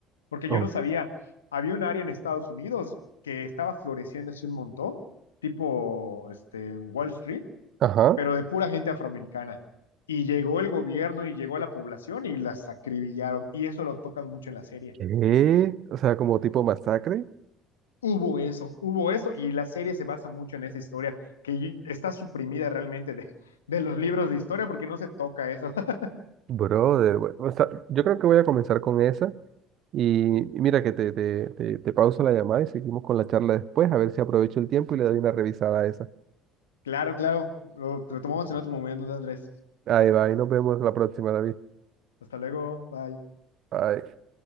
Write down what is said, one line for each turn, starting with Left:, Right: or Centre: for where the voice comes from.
Left: porque yo
Right: Uf,
Left: no sabía, había un área en Estados Unidos que estaba floreciendo así un montón, tipo este, Wall Street,
Right: Ajá.
Left: pero de pura gente afroamericana. Y llegó el gobierno y llegó a la población y las acribillaron. Y eso lo tocan mucho en la serie.
Right: ¿Qué? O sea, como tipo masacre.
Left: hubo eso, hubo eso, y la serie se basa mucho en esa historia, que yo- está suprimida realmente de, de los libros de historia porque no se toca eso. <laughs>
Right: Brother, we- o sea, yo creo que voy a comenzar con esa. Y, y mira que te, te, te, te pauso la llamada y seguimos con la charla después, a ver si aprovecho el tiempo y le doy una revisada a esa.
Left: claro, claro, lo retomamos en otro momento, Andrés.
Right: Ahí va, y nos vemos la próxima, David.
Left: Hasta luego, bye.
Right: Bye.